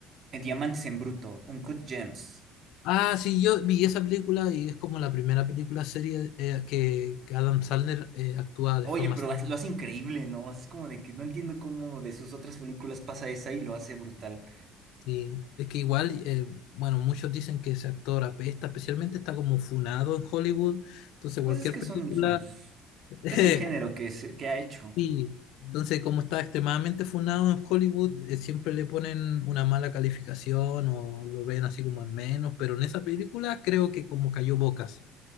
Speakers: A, on the right; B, on the left.
A: eh, Diamantes en Bruto, Uncut Gems.
B: Ah, sí, yo vi esa película y es como la primera película serie eh, que, que Adam Sandler eh, actúa
A: Oye,
B: de forma
A: pero
B: seria.
A: haz- lo hace increíble, ¿no? O sea, es como de que no entiendo cómo de sus otras películas pasa esa y lo hace brutal.
B: Sí, es que igual, eh, bueno, muchos dicen que ese actor apesta, especialmente está como funado en Hollywood, entonces
A: Pues
B: cualquier
A: es que
B: película,
A: son sus...
B: <laughs> eh,
A: Es el género que, se- que ha hecho.
B: sí, entonces como está extremadamente funado en Hollywood, eh, siempre le ponen una mala calificación o lo ven así como en menos, pero en esa película creo que como cayó bocas